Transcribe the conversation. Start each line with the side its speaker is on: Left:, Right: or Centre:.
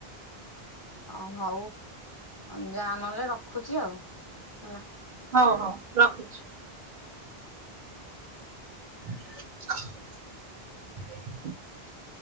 Left: ଓ ହୋଉ ଯା ନହେଲେ ରଖୁଚି ଆଉ ହେଲା।
Right: ହୋଉ ହୋଉ ରଖୁଚି। <inaudible>